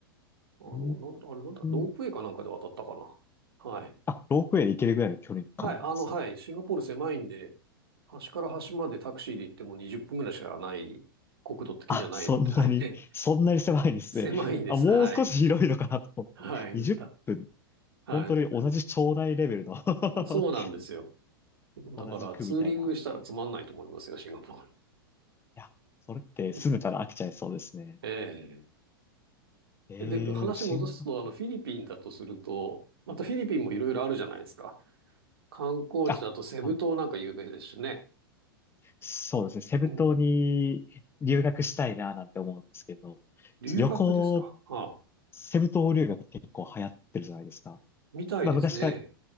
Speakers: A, on the right; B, on the left.
A: あの、
B: うー
A: なん、あれなんだ、ロープウェイかなんかで渡ったかな。
B: ん
A: はい。
B: あ、ロープウェイで行けるぐらいの距離感なんですね。
A: はい、あの、はい。シンガポール狭いんで、端から端までタクシーで行っても20分ぐらいしかない、国土的にはないので、
B: あ、そんなに、
A: はい。<laughs>
B: そんなに狭いんですね。
A: 狭いんです。
B: あ、もう少し広いのかなと思って。
A: はい。はい。
B: 20分、
A: だ、はい。
B: 本当に同じ町内レベルの
A: そうなんですよ。
B: <laughs>
A: だからツーリングしたらつまんないと思いますよ、
B: 同じ区みたいな。
A: シンガポール。
B: いや、それって住めたら飽きちゃいそうですね。
A: <laughs> え
B: ええー、
A: えで、話戻すと、
B: シンガ、
A: あの、フィリピンだとすると、またフィリピンもいろいろあるじゃないですか。観光地だとセブ島なんか有名ですしね。
B: あ、あの、そうですね。セブ島に留学したいななんて思うんですけど、
A: うん留学ですか。
B: 旅行、
A: はあ、
B: セブ島留学って結構流行ってるじゃないですか。
A: みたいですね。
B: まあ昔から